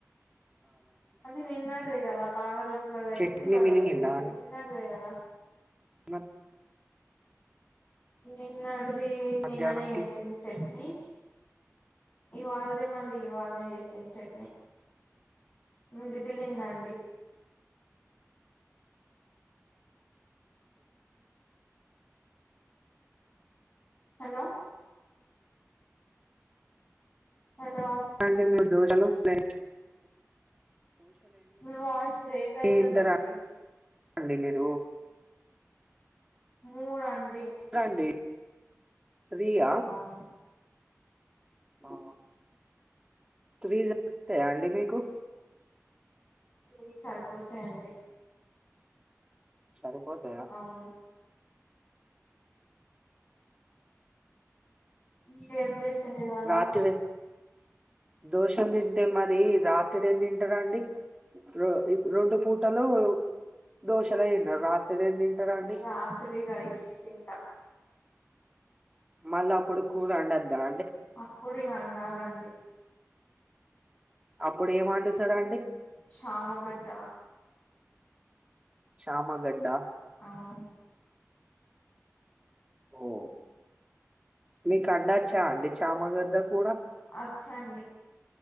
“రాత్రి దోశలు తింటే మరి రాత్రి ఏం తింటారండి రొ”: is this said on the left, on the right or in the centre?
Right